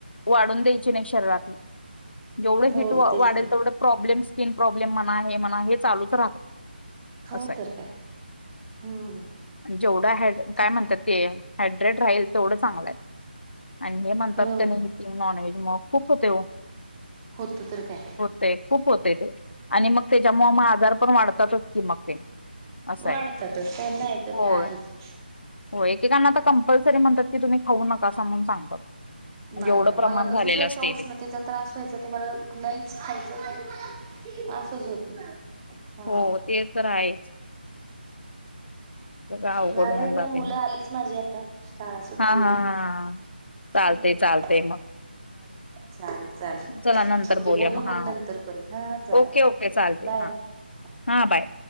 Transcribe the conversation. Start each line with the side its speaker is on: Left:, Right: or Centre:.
Left: वाढून द्यायची नाही शरीरातली. जेवढं
Right: हो
Left: हिट वाढेल
Right: तेच की.
Left: तेवढं प्रॉब्लेम स्किन प्रॉब्लेम म्हणा हे म्हणा हे चालूच राहतं.
Right: हो
Left: असय
Right: तर काय हम्म
Left: जेवढा हॅड काय
Right: तेच
Left: म्हणतात ते हायड्रेड राहील तेवढं चांगलं आहे. आणि हे म्हणतात
Right: हो
Left: त्यानी हिटिंग नॉन व्हेज मग खूप होते हो.
Right: होत तर काय.
Left: होते खूप होते ते आणि मग त्याच्यामुळ मग आजार पण वाढतातच की मग ते असं
Right: वाढतातच
Left: आहे
Right: नाही तर
Left: होय.
Right: काय आहेच
Left: हो एकेकांना तर कंपल्सरी म्हणतात की तुम्ही खाऊ नका असं म्हणून सांगतात.
Right: नाही
Left: म्हणजे एवढं
Right: नाही
Left: प्रमाण
Right: मला तसच
Left: झालेलं
Right: व्हायचं
Left: असते
Right: उष्णतेचा
Left: ते
Right: त्रास व्हायचा ते मला नाहीच खायचं नाही. असंच होतं. हा.
Left: हो ते तर आहेच‌ सगळं अवघड
Right: झालंय
Left: होऊन जातेय
Right: काय मुलं
Left: मग
Right: आलीच माझी आता शाळा सुटलेली
Left: हा हा
Right: आहे.
Left: हा चालते
Right: हम्म
Left: चालते मग
Right: चालेल चालेल
Left: चला
Right: ठीक
Left: नंतर
Right: आहे.
Left: बोलूया
Right: बोलू
Left: हा
Right: मग नंतर परत हा चालेल
Left: ओके
Right: ओके
Left: चालते
Right: बाय.
Left: हा
Right: <unintelligible>
Left: हा बाय.